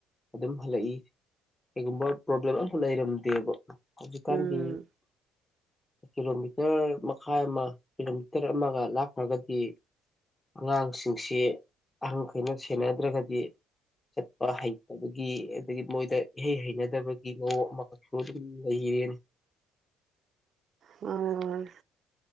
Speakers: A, on the left; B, on the right.
A: ꯑꯗꯨꯝ ꯍꯜꯂꯛꯏ ꯀꯩꯒꯨꯝꯕ ꯄ꯭ꯔꯣꯕ꯭ꯂꯦꯝ ꯑꯝꯇ ꯂꯩꯔꯝꯗꯦꯕ ꯍꯧꯖꯤꯛꯀꯥꯟꯗꯤ
B: ꯎꯝ
A: ꯀꯤꯂꯣꯃꯤꯇꯔ ꯃꯈꯥꯏ ꯑꯃ ꯀꯤꯂꯣꯃꯤꯇꯔ ꯑꯃꯒ ꯂꯥꯞꯈ꯭ꯔꯒꯗꯤ ꯑꯉꯥꯡꯁꯤꯡꯁꯤ ꯑꯍꯟꯈꯩꯅ ꯁꯦꯟꯅꯗ꯭ꯔꯒꯗꯤ ꯆꯠꯄ ꯍꯩꯇꯕꯒꯤ ꯑꯗꯒꯤ ꯃꯣꯏꯗ ꯏꯍꯩ ꯍꯩꯅꯗꯕꯒꯤ ꯃꯑꯣꯡ ꯑꯃꯈꯛꯁꯨ ꯑꯗꯨꯝ ꯂꯩꯌꯦ
B: ꯃꯥꯅꯦ ꯃꯥꯅꯦ